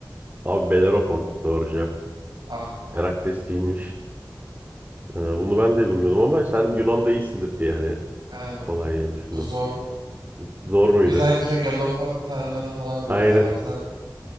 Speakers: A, on the right; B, on the right.
A: Abi Bellerophon doğru cevap.
B: Ah be
A: Herakles
B: abi ya.
A: değilmiş. Ee, bunu ben de bilmiyordum ama sen Yunan'da iyisindir diye hani
B: Abi
A: kolay diye düşündüm.
B: bu zor.
A: Zor muydu?
B: Biz anca God of War tanrılarını falan biliyoruz
A: Aynen.
B: abi baksana.